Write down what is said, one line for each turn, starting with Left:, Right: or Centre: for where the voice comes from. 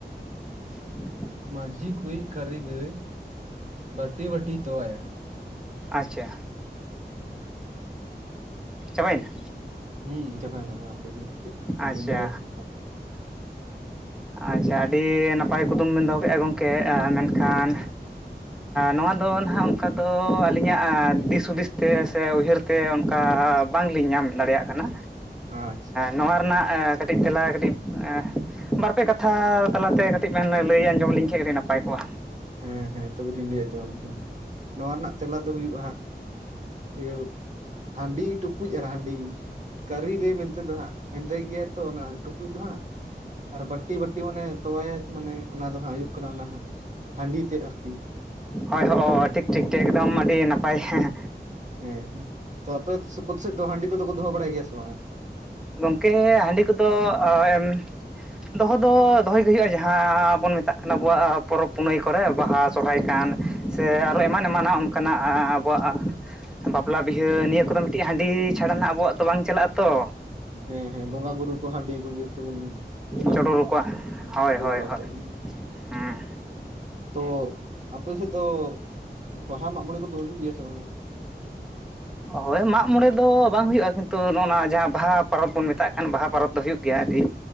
Centre: <inaudible>
Right: ᱢᱟᱹᱡᱷᱤ ᱠᱩᱭᱤᱡ ᱠᱟᱹᱨᱤᱜᱟᱹᱭ ᱵᱟᱹᱴᱤ ᱵᱟᱹᱴᱤ ᱛᱚᱣᱟᱭᱟ᱾
Centre: ᱟᱪᱪᱷᱟ ᱪᱟᱵᱟᱭᱱᱟ?
Right: ᱦᱩᱸ ᱪᱟᱵᱟᱭᱱᱟ ᱢᱟ ᱞᱟᱹᱭ ᱵᱤᱱ ᱠᱟᱹᱡ ᱡᱩᱫᱤ
Centre: ᱟᱪᱪᱷᱟ
Right: ᱵᱤᱱ ᱫᱟᱲᱮᱭᱟᱜ ᱠᱷᱟᱱ
Centre: ᱟᱪᱪᱷᱟ ᱟᱹᱰᱤ ᱱᱟᱯᱟᱭ ᱠᱩᱫᱩᱢ ᱵᱤᱱ ᱫᱚᱦᱚ ᱠᱮᱫᱼᱟ ᱜᱚᱢᱠᱮ ᱢᱮᱱᱠᱷᱟᱱ ᱱᱚᱣᱟ ᱫᱚ ᱱᱟᱦᱟᱸᱜ ᱚᱱᱠᱟ ᱫᱚ ᱟᱹᱞᱤᱧᱟᱜ ᱫᱤᱥ ᱦᱩᱫᱤᱥ ᱛᱮ ᱥᱮ ᱩᱭᱦᱟᱹᱨ ᱛᱮ ᱚᱱᱠᱟ ᱵᱟᱝᱞᱤᱧ ᱧᱟᱢ ᱫᱟᱲᱮᱭᱟᱜ ᱠᱟᱱᱟ᱾
Right: ᱟᱪᱪᱷᱟ
Centre: ᱱᱚᱣᱟ ᱨᱮᱱᱟᱜ ᱠᱟᱹᱴᱤᱡ ᱛᱮᱞᱟ ᱠᱟᱹᱴᱤᱡ ᱵᱟᱨᱯᱮ ᱠᱟ ᱛᱷᱟ ᱛᱟᱞᱟᱛᱮ ᱠᱟᱹᱴᱤᱡ ᱞᱟᱹᱭ ᱟᱸᱡᱚᱢ ᱞᱤᱧ ᱠᱷᱟᱱ ᱟᱹᱰᱤ ᱱᱟᱯᱟᱭ ᱠᱚᱜᱼᱟ᱾
Right: ᱦᱮᱸ ᱦᱮᱸ ᱛᱚᱵᱮ ᱞᱤᱧ ᱞᱟᱹᱭ ᱟᱸᱡᱚᱢ ᱟᱹᱵᱤᱱ ᱠᱟᱱᱟ ᱱᱚᱣᱟ ᱨᱮᱱᱟᱜ ᱛᱮᱞᱟ ᱫᱚ ᱦᱩᱭᱩᱜᱼᱟ ᱦᱟᱸᱜ ᱤᱭᱟᱹ ᱦᱟᱺᱰᱤ ᱴᱩᱠᱩᱡ ᱟᱨ ᱦᱟᱺᱰᱤ ᱠᱟᱹᱨᱤ ᱜᱟᱹᱭ ᱢᱮᱱᱛᱮ ᱫᱚ ᱦᱟᱸᱜ ᱦᱮᱸᱫᱮ ᱜᱮᱭᱟᱭ ᱛᱚ ᱚᱱᱟ ᱴᱩᱠᱩᱡ ᱫᱚ ᱦᱟᱸᱜ ᱟᱨ ᱵᱟᱹᱴᱤ ᱵᱟᱹᱴᱤ ᱢᱟᱱᱮ ᱛᱚᱣᱟᱭᱟᱭ ᱢᱟᱱᱮ ᱚᱱᱟ ᱫᱚ ᱦᱟᱸᱜ ᱦᱩᱭᱩᱜ ᱠᱟᱱᱟ ᱚᱱᱟ ᱦᱟᱜ ᱦᱟᱺᱰᱤ ᱛᱮᱫ ᱟᱨᱠᱤ
Centre: ᱦᱳᱭ ᱦᱳᱭ ᱴᱷᱤᱠ ᱴᱷᱤᱠ ᱴᱷᱤᱠ ᱮᱠᱫᱚᱢ ᱟᱹᱰᱤ ᱱᱟᱯᱟᱭ ᱦᱮᱸ
Right: ᱦᱮᱸ ᱛᱚ ᱟᱯᱮ ᱥᱳᱠᱳᱛᱥᱮᱫ ᱫᱚ ᱦᱟᱺᱰᱤ ᱠᱚᱫᱚ ᱠᱚ ᱫᱚᱦᱚ ᱵᱟᱲᱟᱭ ᱜᱮᱭᱟ ᱥᱮ ᱵᱟᱝᱟ?
Centre: ᱜᱚᱝᱠᱮ ᱦᱟᱺᱰᱤ ᱠᱚᱫᱚ ᱮᱢ ᱫᱚᱦᱚ ᱫᱚ ᱫᱚᱦᱚᱭᱜᱮ ᱦᱩᱭᱩᱜᱼᱟ ᱡᱟᱦᱟᱸ ᱵᱚᱱ ᱢᱮᱛᱟᱜ ᱠᱟᱱᱟ ᱟᱵᱚᱣᱟᱜ ᱯᱚᱨᱚᱵᱽ ᱯᱩᱱᱟᱹᱭ ᱠᱚᱨᱮ ᱵᱟᱦᱟ ᱥᱚᱨᱦᱟᱭ ᱠᱟᱱ ᱥᱮ
Right: ᱦᱩᱸ
Centre: ᱟᱨᱚ ᱮᱢᱟᱱ ᱮᱢᱟᱱᱟᱜ ᱠᱟᱱᱟ ᱟᱵᱚᱣᱟᱜ ᱵᱟᱯᱞᱟ ᱵᱤᱦᱟᱹ ᱱᱤᱭᱟᱹ ᱠᱚᱫᱚ ᱢᱤᱫᱴᱤᱡ ᱦᱟᱺᱰᱤ ᱪᱷᱟᱲᱟ ᱱᱟᱦᱟᱜ ᱟᱵᱚᱣᱟᱜ ᱫᱚ ᱵᱟᱝ ᱪᱟᱞᱟᱜ ᱟ ᱛᱚ
Right: ᱦᱮᱸ ᱦᱮᱸ ᱵᱚᱸᱜᱟ ᱵᱩᱨᱩ ᱠᱚ ᱦᱟᱺᱰᱤ ᱠᱚᱜᱮ ᱛᱚᱵᱚᱱ ᱮᱢᱟ
Centre: ᱪᱚᱰᱚᱨ
Right: ᱠᱚᱣᱟ᱾
Centre: ᱟᱠᱚᱣᱟ ᱦᱳᱭ
Right: ᱪᱚᱰᱚᱨ
Centre: ᱦᱳᱭ ᱦᱳᱭ
Right: ᱟᱠᱚᱣᱟ
Centre: ᱦᱮᱸ
Right: ᱛᱚ ᱟᱯᱮ ᱥᱮᱫ ᱫᱚ ᱵᱟᱦᱟ ᱢᱟᱜ ᱢᱚᱬᱮ ᱠᱚᱫᱚ ᱦᱩᱭᱩᱜ ᱜᱮᱭᱟ ᱥᱮ ᱵᱟᱝᱼᱟ?
Centre: ᱦᱳᱭ ᱢᱟᱜ ᱢᱚᱬᱮ ᱫᱚ ᱵᱟᱝ ᱦᱩᱭᱩᱜᱼᱟ ᱠᱤᱱᱛᱩ ᱱᱚᱜᱼᱱᱟ ᱱᱚᱣᱟ ᱡᱟᱦᱟᱸ ᱵᱟᱦᱟ ᱯᱚᱨᱚᱵᱽ ᱵᱚᱱ ᱢᱮᱛᱟᱜ ᱠᱟᱱ ᱵᱟᱦᱟ ᱯᱚᱨᱚᱵᱽ ᱫᱚ ᱦᱩᱭᱩᱜ ᱜᱮᱭᱟ ᱟᱹᱰᱤ